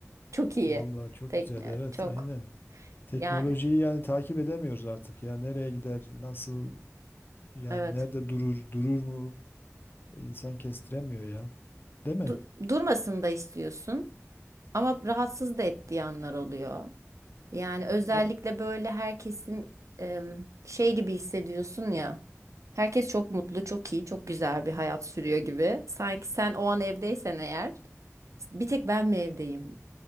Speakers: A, on the right; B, on the left.
A: Çok iyi.
B: Vallahi çok
A: Tekne
B: güzel. Evet
A: çok
B: aynen. Teknolojiyi
A: yani
B: yani takip edemiyoruz artık ya. Nereye gider? Nasıl? Yani
A: evet.
B: nerede durur? Durur mu? İnsan kestiremiyor ya. Değil mi?
A: Du- durmasını da istiyorsun ama rahatsız da ettiği anlar oluyor. Yani özellikle
B: E-
A: böyle herkesin em, şey gibi hissediyorsun ya. Herkes çok mutlu, çok iyi, çok güzel bir hayat sürüyor gibi. Sanki sen o an evdeysen eğer bir tek ben mi evdeyim?